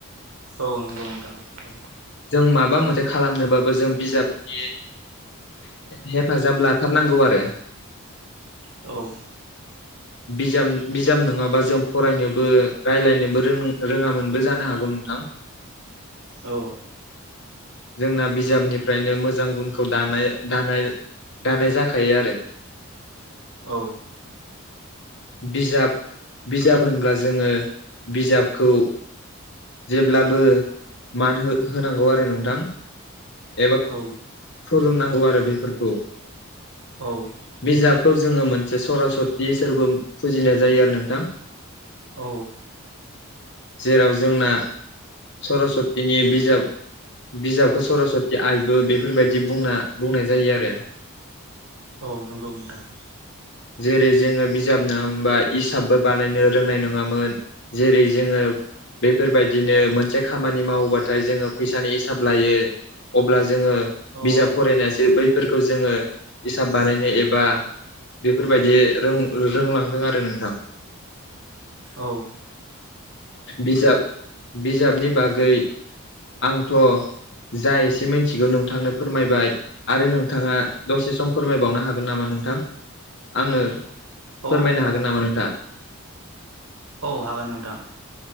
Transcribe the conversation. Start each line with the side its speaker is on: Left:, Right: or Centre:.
Right: औ नंगौ नोंथां औ
Left: जों माबा मोनसे खालामनोबाबो जों बिजाबनि हेफाजाब लाथारनांगौ आरो।
Right: औ
Left: बिजाब बिजाब नङाबा जों फरायनोबो राय्लायनोबोों रोङामोनबो जानो हागौ नोंथां।
Right: औ
Left: जोंना बिजाबनिफ्रायनो मोजां गुनखौ दानाय दानाय दानाय जाखायो आरो।
Right: औ
Left: बिजाब बिजाब होनब्ला जोङो बिजाबखौ जेब्लाबो मान होनांगौ आरो नोंथां। एबा खुलुमनांगौ
Right: औ
Left: आरो बेफोरखौ।
Right: औ
Left: बिजाबखौ जोङो मोनसे सरसतिसोरबो फुजिनाय जायो आरो नोंथां।
Right: औ
Left: जेराव जोंना सरस्तिनि बिजाब बिजाबखौ सरस्वति आइबो बेफोरबायदि बुंना बुंनाय जायो आरो।
Right: औ नंगौ नोंथां।
Left: जेरै जोङो बिजाब नङामोनबा हिसाबबो बानायनो रोंनाय नङामोन। जेरै जोङो बेफोरबायदिनो मोनसे खामानि मावोबाथाय जोङो फैसानि हिसाब लायो। अब्ला जोङो
Right: औ
Left: बिजाब फरायनायसो बैफोरखौ जोङो हिसाब बानायनो एबा बेफोरबायदि रों रोंलांदों आरो नोंथां
Right: औ
Left: बिजाब बिजाबनि बागै आंथ' जा एसे मिथिगौ नोंथांनो फोरमायबाय। आरो नोंथाङा दसे सम फोरमायबावनो हागोन नामा नोंथां आंनो
Right: औ
Left: फोरमायनो हागोन नामा नोंथां?
Right: औ हागोन नोंथां